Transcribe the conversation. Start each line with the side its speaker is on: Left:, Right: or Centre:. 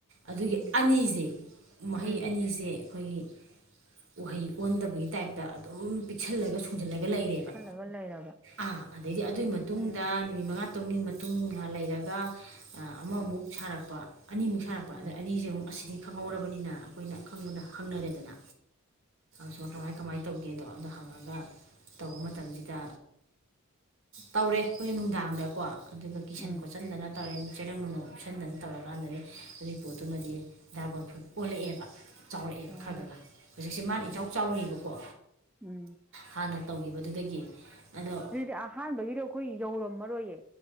Right: ꯑꯗꯨꯒꯤ
Centre: ꯎꯝ
Right: ꯑꯅꯤꯁꯦ ꯃꯍꯩ
Centre: ꯎꯝ
Right: ꯑꯅꯤꯁꯦ ꯑꯩꯈꯣꯏꯒꯤ ꯎꯍꯩ ꯄꯣꯟꯗꯕꯒꯤ ꯇꯥꯏꯞꯇ ꯑꯗꯨꯝ ꯄꯤꯛꯁꯜꯂꯒ ꯁ ꯊꯨꯝꯖꯤꯜꯂꯒ ꯂꯩꯔꯦꯕ
Centre: ꯑꯣꯁꯜꯂꯒ ꯂꯩꯔꯕ
Right: ꯑꯥꯥ ꯑꯗꯩꯗꯤ ꯑꯗꯨꯒꯤ ꯃꯇꯨꯡꯗ
Centre: ꯎꯝ
Right: ꯅꯨꯃꯤꯠ ꯃꯉꯥ ꯇꯧꯅꯤ ꯃꯇꯨꯡ ꯉꯥ ꯂꯩꯔꯒ ꯑꯃꯃꯨꯛ ꯁꯥꯔꯛꯄ ꯑꯅꯤꯃꯨꯛ ꯁꯥꯔꯛꯄ ꯄ
Centre: ꯎꯝ
Right: ꯑꯗ ꯑꯅꯤꯁꯦ ꯑꯃꯨꯛ ꯑꯁꯤꯗꯤ ꯈꯪꯍꯧꯔꯕꯅꯤꯅ ꯑꯩꯈꯣꯏꯅ ꯑꯈꯪꯕꯗ ꯍꯪꯅꯔꯦꯗꯅ ꯁꯨꯃ ꯀꯃꯥꯏ ꯀꯃꯥꯏꯅ ꯇꯧꯒꯦꯗꯣ ꯑꯗꯣ ꯍꯪꯉꯒ ꯇꯧꯕ ꯃꯇꯝꯁꯤꯗ ꯇꯧꯔꯦ ꯑꯩꯈꯣꯏꯁꯨ ꯅꯨꯡꯗꯥꯡꯗꯀꯣ ꯑꯗꯨꯒ ꯀꯤꯁꯟ
Centre: ꯎꯝ
Right: ꯈꯣꯠꯆꯟꯗꯅ ꯇꯧꯔꯦ ꯆꯦꯔꯪ ꯅꯨꯡꯅꯣꯛ ꯎꯞꯁꯟꯗꯅ ꯇꯧꯔꯀꯥꯟꯗꯅꯤ ꯑꯗꯨꯒꯤ ꯄꯣꯠꯇꯨꯃꯗꯤ ꯗ꯭ꯔꯥꯒꫭꯟ ꯐ꯭ꯔꯨꯠ ꯑꯣꯜꯂꯛꯑꯦꯕ ꯆꯥꯎꯔꯛꯑꯦꯕ
Centre: ꯑꯣ
Right: ꯈꯔ ꯈꯔ ꯍꯧꯖꯤꯛꯁꯦ ꯃꯥꯅ
Centre: ꯎꯝ
Right: ꯏꯆꯥꯎ ꯆꯥꯎꯔꯤꯕꯀꯣ
Centre: ꯎꯝ
Right: ꯍꯥꯟꯅ ꯇꯧꯈꯤꯕꯗꯨꯗꯒꯤ ꯑꯗꯣ
Centre: ꯑꯗꯨꯗꯤ ꯑꯍꯥꯟꯕꯒꯤꯗꯣ ꯑꯩꯈꯣꯏ ꯌꯧꯔꯝꯃꯔꯣꯏꯌꯦ